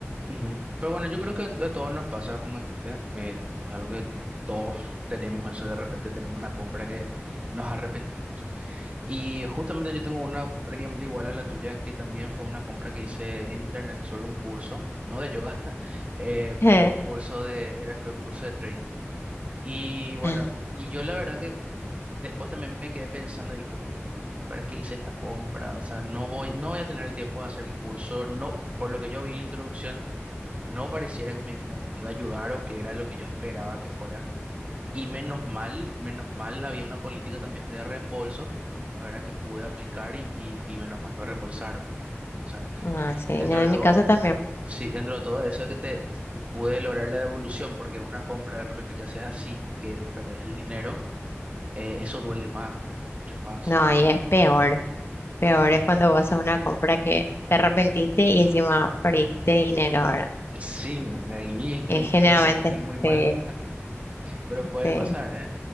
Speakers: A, on the right; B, on the left.
A: Ujú. Pero bueno, yo creo que a todos nos pasa, como dijiste, eh, es algo que todos tenemos eso, de repente tenemos una compra que nos arrepentimos. Y justamente yo tengo una prácticamente igual a la tuya, que también fue una compra que hice en internet sobre un curso, no de yoga, <laughs> eh,
B: <laughs>
A: pero un curso de, era creo un curso de trading. Y bueno,
B: Ah,
A: y, y yo la verdad que Después también me quedé pensando y dije, "Uh, ¿para qué hice esta compra? O sea, no voy, no voy a tener el tiempo de hacer el curso. No, por lo que yo vi en la introducción, no pareciera que me, me, me iba a ayudar o que era lo que yo esperaba que fuera. Y menos mal, menos mal había una política también de reembolso, ¿verdad? Que pude aplicar y, y, y menos mal me reembolsaron. O sea,
B: No, sí,
A: dentro
B: no, en
A: de todo,
B: mi caso también.
A: sí, dentro de todo eso que te, te- pude lograr la devolución, porque una compra de repente que haces así y que perdes el dinero, eh, eso duele más, mucho más.
B: No, ahí es peor. Peor es cuando vas a una compra que te arrepentiste y encima perdiste dinero, ahora
A: Sí, no- ahí
B: Eh,
A: <laughs>
B: generalmente,
A: te sentí muy mal,
B: sí,
A: pero puede
B: sí,
A: pasar, ¿eh?